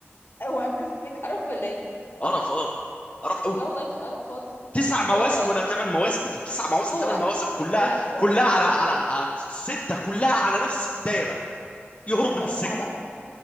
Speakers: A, on the left; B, on the left.
A: هو بريزون بريك قرف ولا ايه
B: قرف اه قرف قوي
A: لا والله مش قرف خالص
B: تسع
A: وانت بتتفرج
B: مواسم
A: على ايه
B: ولا ثمان مواسم انت تسع مواسم
A: هو
B: ثمان مواسم كلها
A: لا ستة
B: كلها
A: ستة
B: على
A: ستة
B: على على- سته كلها على نفس الدايره يهرب
A: ما
B: من
A: هو اسمع
B: السجن
A: بقى